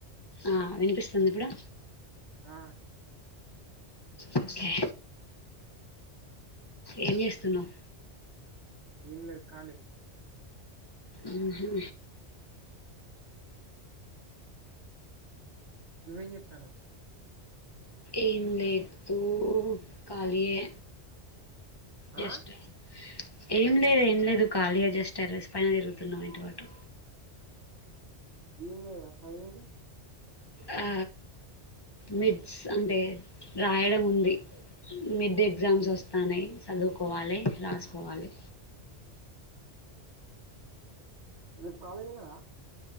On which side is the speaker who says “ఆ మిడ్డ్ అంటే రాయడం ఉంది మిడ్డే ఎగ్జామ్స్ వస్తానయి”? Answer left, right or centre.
Left